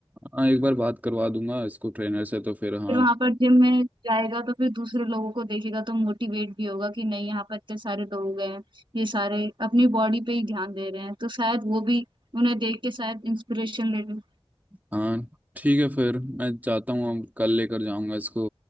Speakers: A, on the right; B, on the right.
A: हाँ एक बार बात करवा दूंगा इसको ट्रेनर से तो फिर हाँ
B: फिर वहां पर जिम में जाएगा तो फिर दूसरे लोगों को देखेगा तो मोटिवेट भी होगा कि नहीं यहाँ पर इतने सारे लोग हैं ये सारे अपनी बॉडी पे ही ध्यान दे रहे हैं तो शायद वो भी उन्हें देख के शायद इंस्पिरेशन ले लें
A: हाँ ठीक है फिर मैं जाता हूँ अब कल लेकर जाऊंगा इसको